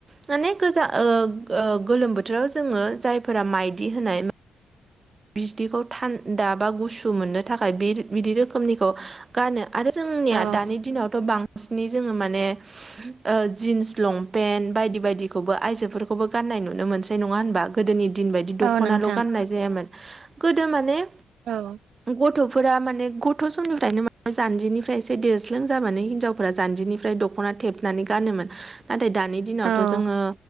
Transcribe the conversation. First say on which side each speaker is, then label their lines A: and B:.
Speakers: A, on the right; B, on the right.
A: माने गोजा ओ गोलोम बोथोराव जोङो जायफोरा माइदि होनाय बिथिखौ थान्दा बा गुसु मोननो थाखाय बे बिदि रोखोमनिखौ गानो आरो जोंनिया
B: औ
A: दानि दिनावथ' बांसिनै जोङो माने। ओ जिन्स लंपेन्ट बायदि बायदिखौबो आइजोफोरखौबो गाननाय नुनो मोनसै नङा होनबा। गोदोनि दिन बायदि दख'नाल'
B: औ नोंथां
A: गाननाय जायामोन गोदो माने।
B: औ।
A: गथ'फोरा माने गथ' समनिफ्रायनो माने जान्जिनिफ्राय एसे देरस्लों जानानै हिनजावफोरा जान्जिनिफ्राय दख। दख'ना थेबनानै गानोमोन नाथाय दानि दिनावथ'
B: औ
A: जोङो।